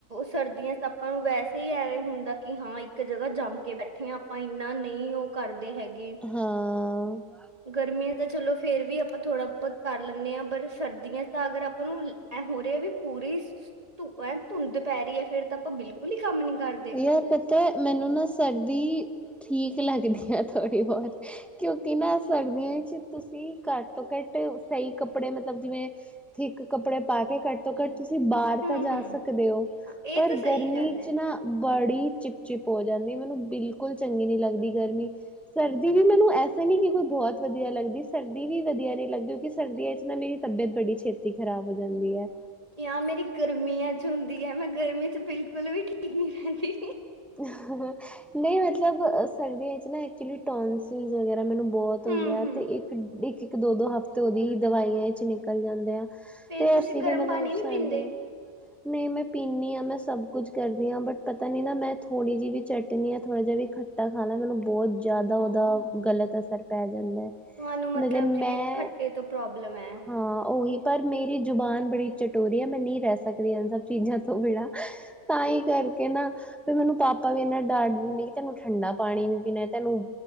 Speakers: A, on the right; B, in the centre.
A: ਸਰਦੀਆਂ 'ਚ ਆਪਾਂ ਨੂੰ ਵੈਸੇ ਈ ਐਵੇਂ ਹੁੰਦਾ ਕਿ ਹਾਂ ਇੱਕ ਜਗ੍ਹਾ ਜੰਮ ਕੇ ਬੈਠੇ ਆ ਭਾਏ ਇੰਨਾ ਨਹੀਂ ਉਹ ਕਰਦੇ ਹੈਗੇ
B: ਹਾਂ।
A: ਗਰਮੀਆਂ ਤਾਂ ਚਲੋ ਫੇਰ ਵੀ ਆਪਾਂ ਥੋੜ੍ਹਾ ਬਹੁਤ ਕਰ ਲੈਂਦੇ ਆ, ਪਰ ਸਰ ਤਾਂ ਅਗਰ ਆਪਾਂ ਨੂੰ ਐ ਹੋ ਰਿਹਾ ਵੀ, ਪੂਰੀ ਧ ਐਨ ਧੁੰਦ ਪੈ ਰਹੀ ਏ ਫਿਰ ਤਾਂ ਆਪਾਂ ਬਿਲਕੁਲ ਈ ਕੰਮ ਨੀ ਕਰਦੇ
B: ਯਾਰ ਪਤਾ, ਮੈਨੂੰ ਨਾ ਸਰਦੀ ਠੀਕ ਲੱਗਦੀ ਐ ਥੋੜ੍ਹੀ ਬਹੁਤ, ਕਿਉਂ ਕਿ ਮੈਂ ਸਰਦੀਆਂ 'ਚ ਤੁਸੀਂ ਘੱਟ ਤੋਂ ਘੱਟ ਸਹੀ ਕੱਪੜੇ, ਮਤਲਬ ਜਿਵੇਂ ਥੀਕ ਕੱਪੜੇ ਪਾ ਕੇ ਘਟ ਤੋਂ ਘੱਟ ਤੁਸੀਂ ਬਾਹਰ
A: ਹੂੰ
B: ਤਾਂ ਜਾ
A: ਹੂੰ
B: ਸਕਦੇ ਓ,
A: ਹਾਂ, ਇਹ
B: ਪਰ
A: ਤਾਂ ਸਹੀ
B: ਗਰਮੀ
A: ਗੱਲ ਹੈ
B: 'ਚ ਨਾ ਬੜੀ ਚਿਪ-ਚਿਪ ਹੋ ਜਾਂਦੀ, ਮੈਨੂੰ ਬਿਲਕੁਲ ਚੰਗੀ ਨੀ ਲੱਗਦੀ ਗਰਮੀ ਸਰਦੀ ਵੀ ਮੈਨੂੰ ਐਸਾ ਨੀ ਕਿ ਕੋਈ ਬਹੁਤ ਵਧੀਆ ਲੱਗਦੀ, ਸਰਦੀ ਵੀ ਵਧੀਆ ਨੀ ਲੱਗਦੀ, ਕਿਸ ਸਰਦੀਆਂ 'ਚ ਨਾ ਮੇਰੀ ਤਬੀਅਤ ਬੜੀ ਛੇਤੀ ਖ਼ਰਾਬ ਹੋ ਜਾਂਦੀ ਐ।
A: ਯਾ ਮੇਰੀ ਗਰਮੀਆਂ 'ਚ ਹੁੰਦੀ ਐ, ਮੈਂ ਗਰਮੀ 'ਚ ਬਿਲਕੁਲ ਵੀ ਠੀਕ ਨੀ ਰਹਿੰਦੀ
B: ਨਹੀਂ ਮਤਲਬ ਸਰਦੀਆਂ 'ਚ ਨਾ ਐਕਚੁਲੀ ਟੋਂਸ ਟਿਜ਼ ਵਗੈਰਾ ਮੈਨੂੰ ਬਹੁਤ ਹੁੰਦੇ
A: ਹੂੰ
B: ਆ
A: ਹੂੰ
B: ਤੇ ਇ ਇੱਕ-ਇੱਕ, ਦੋ-ਦੋ ਹਫ਼ਤੇ ਉਹਦੀ ਹੀ ਦਵਾਈਆਂ 'ਚ ਨਿਕਲ ਜਾਂਦੇ ਆ
A: ਫੇਰ
B: ਤੇ
A: ਤੁਸੀਂ
B: ਅਸੀ
A: ਗਰਮ
B: ਤੇ ਮਲਬ
A: ਪਾਣੀ ਨਹੀਂ
B: ਸਾਈਡ
A: ਪੀਂਦੇ?
B: ਦੇ ਨਹੀਂ ਮੈਂ ਪੀਂਨੀ ਆ, ਮੈਂ ਸਭ ਕੁਝ ਕਰਦੀ ਆ, ਬਟ ਪਤਾ ਨੀ ਨਾ ਮੈਂ ਥੋੜ੍ਹੀ ਜਿਹੀ ਵੀ ਚਟਨੀ ਯਾਂ ਥੋੜਾ ਜਿਹਾ ਵੀ ਖੱਟਾ ਖਾ ਲਾ, ਮੈਨੂੰ ਬਹੁਤ ਜ਼ਿਆਦਾ
A: ਹਾਂ।
B: ਉਹਦਾ ਗਲਤ ਅਸਰ ਪੈ ਜਾਂਦਾ
A: ਤੁਹਾਨੂੰ
B: ਮਤਲਬ
A: ਜਿਵੇਂ
B: ਮੈਂ,
A: ਖੱਟੇ ਤੋਂ ਪ੍ਰੋਬਲਮ ਹੈ।
B: ਹਾਂ ਉਹੀ। ਪਰ ਮੇਰੀ ਜ਼ੁਬਾਨ ਬੜੀ ਚਟੋਰੀ ਐ, ਮੈਂ ਨਹੀਂ ਰਹਿ ਸਕਦੀ ਇਹ ਸਭ ਚੀਜ਼ਾਂ ਤੋਂ ਬਿਣਾ ਤਾਂ ਈ ਕਰਕੇ ਨਾ ਫੇ ਮੈਨੂੰ ਪਾਪਾ ਵੀ ਇੰਨਾ ਡਾਟ ਦਿੰਦੇ ਕਿ, ਤੈਨੂੰ ਠੰਡਾ ਪਾਣੀ ਵੀ ਪੀਣਾ, ਤੈਨੂੰ